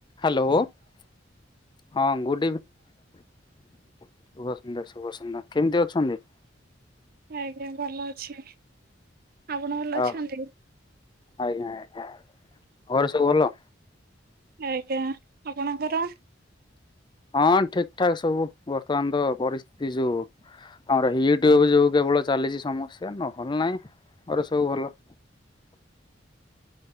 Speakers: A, on the left (about 25°); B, on the right (about 50°).
A: Hello ହଁ good evening Madras ସୁଭ ସୁନ୍ଦର ସୁଭ ସୁନ୍ଦର କେମିତି ଅଛନ୍ତି?
B: ଆଜ୍ଞା ଭଲ ଅଛି। ଆପଣ ଭଲ
A: ହ
B: ଅଛନ୍ତି?
A: ଆଜ୍ଞା ଆଜ୍ଞା ଘରେ ସବୁ ଭଲ।
B: ଆଜ୍ଞା ଆପଣଙ୍କର?
A: ହଁ ଠିକ ଠାକ ସବୁ ବର୍ତ୍ତମାନ ତ ପରିସ୍ଥିତି ଯୋଉ ଆମର ୟୁଟ୍ୟୁବ ଯୋଉ କେବଳ ଚାଲିଛି ସମସ୍ୟା ନହେଲେ ନାହିଁ ଆଉ ସବୁ ଭଲ।